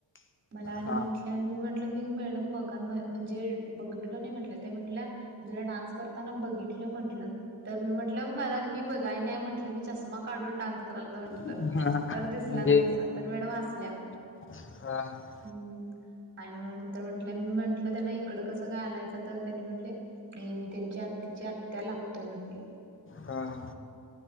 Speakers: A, on the right (about 25°); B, on the left (about 25°).
A: मला आणि
B: हा
A: म्हटल्या मी म्हंटलं मी मॅडम बघा म म्हणजे बघितलो नाही म्हटलं ते म्हटल्या तुला डान्स करताना बघितलं म्हंटलं. तर मी म्हंटलं मला मी बघाय नाही म्हटलं मी चष्मा काढून डान्स करल तर म्हंटलं
B: म्हणजे
A: तर दिसला नाहीसा तर मॅडम हसल्या.
B: हा.
A: हम्म आणि म नंतर मी म्हंटलं त्यांना इकडं कसं काय आलायचं तर त्यांनी म्हटले नाही मी त्यांच्या तिची आत्या लागतोय म्हंटली.
B: हा हा.